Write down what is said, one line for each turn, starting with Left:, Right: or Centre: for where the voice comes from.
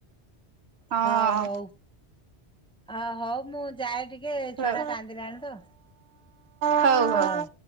Right: ହଁ
Centre: ହଉ ହଉ ଆ ହଉ ମୁଁ ଯାଏ ଟିକେ
Right: ହଉ
Centre: ଛୁଆ ଟା କାନ୍ଦିଲାଣି ତ।
Right: ହଉ
Centre: ହଁ
Right: ହଉ।